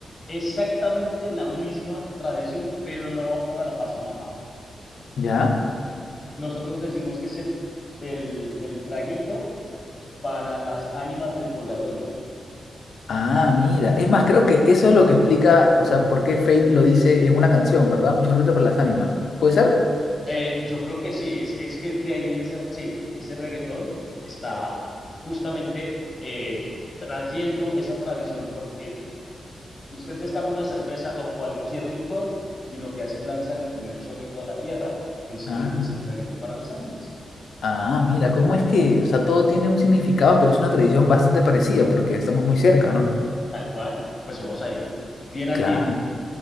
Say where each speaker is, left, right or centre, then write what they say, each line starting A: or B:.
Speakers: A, on the left; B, on the left.
A: exactamente la misma tradición, pero no va para la Pachamama.
B: ¿Ya?
A: Nosotros decimos que es el, el, el traguito para las ánimas del purgatorio.
B: Ah, mira. Es más, creo que eso es lo que explica, o sea, por qué Fate lo dice en una canción, ¿verdad? Un chorrito para las ánimas. ¿Puede ser?
A: Eh, yo creo que sí, es, es, que de ahí viene ese, sí, ese reggaetón, está justamente eh, trayendo esa tradición porque usted destapa una cerveza o cualquier licor y lo que hace es lanzar el primer chorrito a la tierra diciendo
B: Ah.
A: que es el traguito para las ánimas,
B: Ah, mira, ¿cómo es que, o sea, todo tiene un significado, pero es una tradición bastante parecida porque estamos muy cerca, ¿no?
A: tal cual, pues somos ahí bien andinos,
B: Claro.